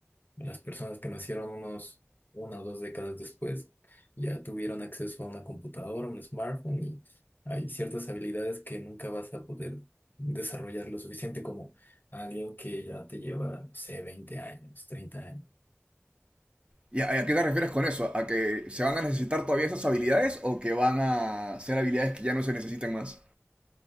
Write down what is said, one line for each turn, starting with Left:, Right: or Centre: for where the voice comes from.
Left: Las personas que nacieron unos una o dos décadas después ya tuvieron acceso a una computadora, un smartphone y hay ciertas habilidades que nunca vas a poder desarrollar lo suficiente como alguien que ya te lleva, no sé, 20 años, 30 años.
Right: ¿Y a, a qué te refieres con eso? ¿A que se van a necesitar todavía esas habilidades o que van a ser habilidades que ya no se necesitan más?